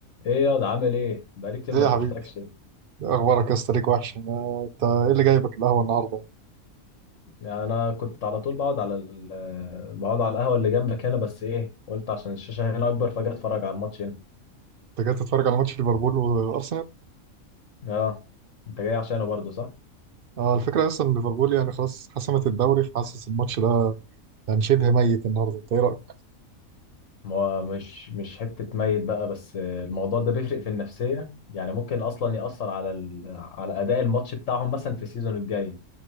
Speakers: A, on the left; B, on the right.
A: ايه ياض عامل ايه بقالي كتير
B: ليه
A: ما
B: يا
A: شفتكش
B: حبيبي اخبارك يا اسطى ليك وحش أنا- انت ايه اللي جايبك القهوه النهارده
A: يعني انا كنت على طول بقعد على ال... آه، بقعد على القهوه اللي جنبك هنا بس ايه قلت عشان الشاشه هنا اكبر فجاه اتفرج على الماتش هنا
B: انت جاي تتفرج على ماتش ليفربول وارسنال
A: اه انت جاي عشانه برضه صح
B: اه الفكره اصلا إن ليفربول يعني خلاص حسمت الدوري فحاسس الماتش ده يعني شبه ميت النهارده انت ايه رايك
A: ما هو مش مش حته ميت بقى بس آه، الموضوع ده بيفرق في النفسيه يعني ممكن اصلا ياثر على ال... على اداء الماتش بتاعهم مثلا في السيزون الجاي